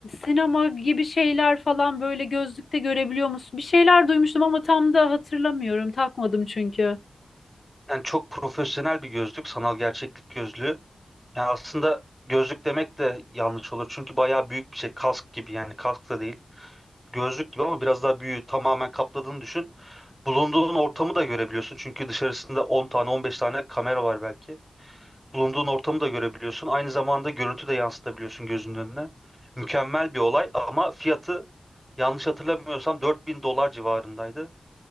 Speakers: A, on the left; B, in the centre.
A: sinema gibi şeyler falan böyle gözlükte görebiliyor musun? Bir şeyler duymuştum ama tam da hatırlamıyorum. Takmadım çünkü.
B: Yani çok profesyonel bir gözlük, sanal gerçeklik gözlüğü. Yani aslında gözlük demek de yanlış olur. Çünkü bayağı büyük bir şey. Kask gibi yani kask da değil. Gözlük gibi ama biraz daha büyüğü tamamen kapladığını düşün. Bulunduğun ortamı da görebiliyorsun. Çünkü dışarısında 10 tane 15 tane kamera var belki. Bulunduğun ortamı da görebiliyorsun. Aynı zamanda görüntü de yansıtabiliyorsun gözünün önüne. Mükemmel bir olay ama fiyatı yanlış hatırlamıyorsam 4000 dolar civarındaydı.